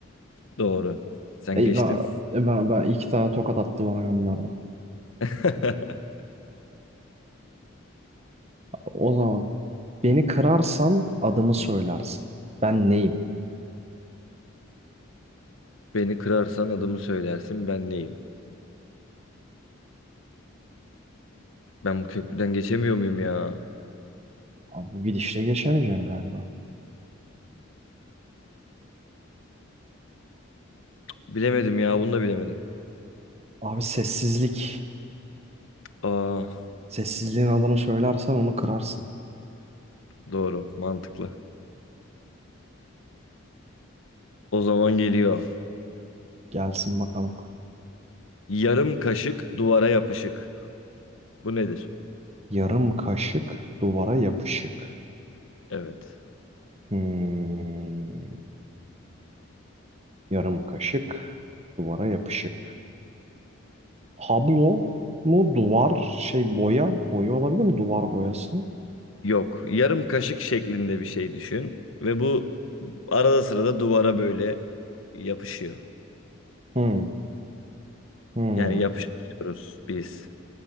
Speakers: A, on the left; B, on the right.
A: Doğru. Sen
B: Ey
A: geçtin.
B: ben, ben, ben iki tane tokat attı bana gönderdi. <laughs>
A: <laughs>
B: O zaman. Beni kırarsan adımı söylersin. Ben neyim?
A: Beni kırarsan adımı söylersin ben neyim? Ben bu köprüden geçemiyor muyum ya?
B: Abi bu gidişle geçemeyeceğim galiba.
A: Bilemedim ya bunu da bilemedim.
B: Abi sessizlik.
A: Aa
B: Sessizliğin adını söylersen onu kırarsın.
A: doğru mantıklı. O zaman geliyor.
B: Gelsin bakalım.
A: Yarım kaşık duvara yapışık. Bu nedir?
B: Yarım kaşık duvara yapışık.
A: Evet.
B: Hmm, yarım kaşık duvara yapışık. Tablo mu duvar şey boya? Boya olabilir mi? Duvar boyası.
A: Yok. Yarım kaşık şeklinde bir şey düşün. Ve bu arada sırada duvara böyle yapışıyor.
B: Hmm, hmm.
A: Yani yapıştırıyoruz biz.